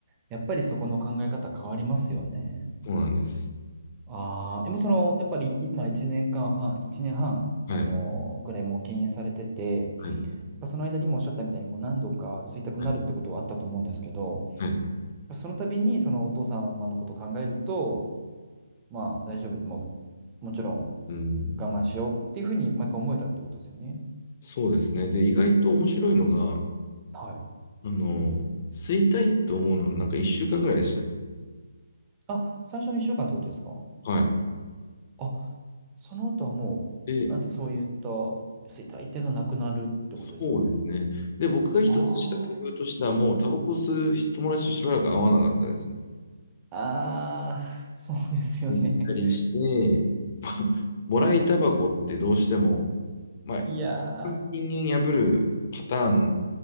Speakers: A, on the right; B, on the left.
A: やっぱりそこの考え方変わりますよね。
B: そうなんです。
A: ああ、でもその、やっぱり今1年間半、1年半、
B: はい。
A: あのぐらいもう敬遠されてて、
B: はい。
A: やっぱその間にもおっしゃったみたいに、こう何度か吸いたくなるってことはあったと思うんですけど、
B: はい。はい。
A: まあその度にそのお父様のことを考えると、まあ大丈夫、もう、もちろん
B: うん。
A: 我慢しようっていうふうに毎回思えたってことですよね。
B: そうですね。で、意外と面白いのが、
A: はい。
B: あの、吸いたいと思うのはなんか1週間ぐらいでしたね。
A: あ、最初の1週間ってことですか
B: はい。
A: あ、その後はもう、
B: で、
A: なんてそういった、衰退っていうのはなくなるってことです
B: そうですね。で、僕が一つした工夫としては、
A: あ
B: もうタバコ吸う友達としばらく会わなかったですね。
A: あ、ああ、そうですよね。
B: 行ったりして、<laughs> もらいタバコってどうしても、まあ、
A: <laughs> いや
B: 人間破るパターン、